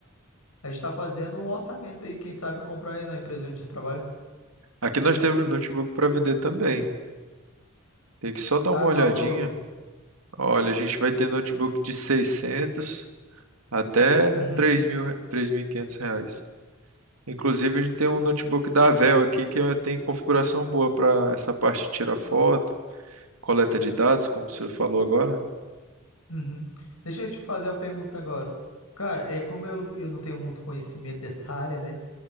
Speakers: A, on the left; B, on the right.
A: A gente está fazendo um orçamento aí, quem sabe comprar aí na empresa onde você trabalha.
B: Aqui nós temos notebook para vender também. Tem que só dar
A: Tá,
B: uma olhadinha.
A: qual é o valor?
B: Olha, a gente vai ter notebook de 600 até
A: Uhum.
B: três três mil, três mil e quinhentos reais. Inclusive, a gente tem um notebook da Dell aqui que eh, tem configuração boa para essa parte de tirar foto, coleta de dados, como o senhor falou agora.
A: Uhum. Deixa eu te fazer uma pergunta agora. Cara, é como eu, eu não tenho muito conhecimento dessa <laughs> área, né?